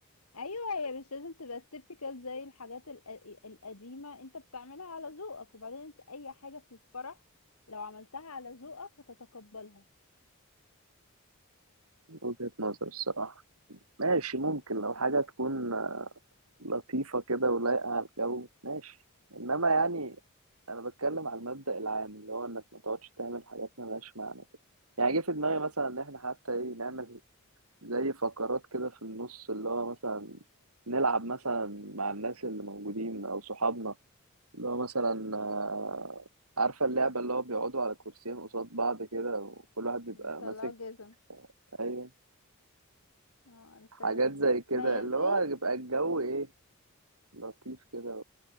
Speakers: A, on the left; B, on the right.
A: ايوه هي مش لازم تبقى typical زي الحاجات الق- القديمه انت بتعملها على ذوقك وبعدين انت اي حاجه في الفرح لو عملتها على ذوقك هتتقبلها
B: وجهه نظر الصراحه ماشي
A: شكرا
B: ممكن لو حاجه تكون لطيفة كده ولايقة على الجو ماشي إنما يعني أنا بتكلم على المبدأ العام اللي هو إنك ما تقعدش تعمل حاجات ملهاش معنى كده يعني جه في دماغي مثلا إن إحنا حتى إيه نعمل زي فقرات كده في النص اللي هو مثلا نلعب مثلا مع الناس اللي موجودين أو صحابنا اللي هو مثلا آه، عارفة اللعبة اللي هو بيقعدوا على كرسيين قصاد بعض كده وكل واحد بيبقى
A: بيطلعوا
B: ماسك
A: جزم
B: أيوه
A: اه عارفاها
B: حاجات زي كده
A: ما هي
B: اللي
A: دي
B: هو يبقى الجو إيه لطيف كده